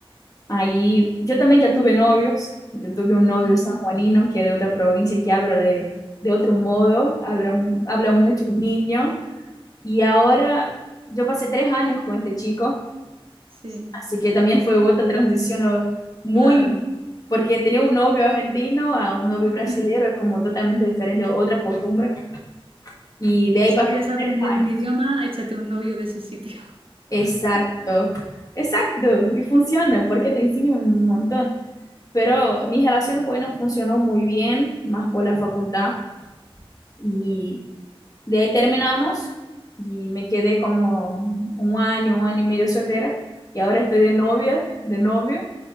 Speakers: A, on the left; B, on the right.
A: Ahí yo también ya tuve novios. Yo tuve un novio
B: ujú,
A: sanjuanino que es de otra provincia que habla de, de otro modo, habla, mu- habla mucho
B: Sí,
A: niño. Y ahora yo pasé tres años con este chico,
B: sí,
A: así que también fue otra transición o, muy,
B: claro.
A: porque tenía un novio argentino a un novio
B: <laughs>
A: brasileño, es como totalmente diferente, otra costumbre. Y de ahí
B: Si
A: pasamos
B: quieres aprender
A: tres años.
B: un idioma, échate un novio de ese sitio. <laughs>
A: Exacto, exacto, y funciona porque te enseña un montón. Pero mi relación, bueno, funcionó muy bien, más por la facultad, y de ahí terminamos y me quedé como un año, un año y medio soltera, y ahora estoy de novia, de novio,